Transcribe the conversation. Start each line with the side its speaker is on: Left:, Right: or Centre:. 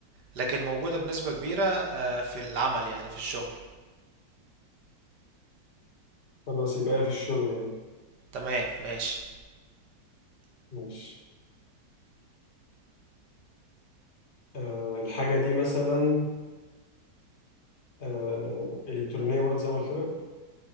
Right: لكن موجودة بنسبة كبيرة آه، في العمل يعني في الشغل
Left: خلاص يبقى في الشغل يعني
Right: تمام ماشي
Left: ماشي آه الحاجة دي مثلا آه إلكترونية برضه زي ما قلت لك